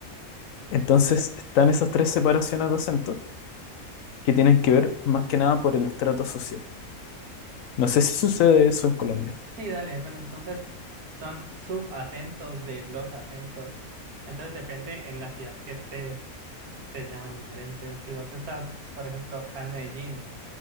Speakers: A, on the left (about 70°); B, on the right (about 75°).
A: Entonces están esas tres separaciones de acento que tienen que ver más que nada por el estrato social. No sé si sucede eso en Colombia.
B: Sí, dale, bueno, entonces son subacentos de los acentos. Entonces depende en la ciudad que esté, se llaman diferentes. Si vos estás, por ejemplo, acá en Medellín,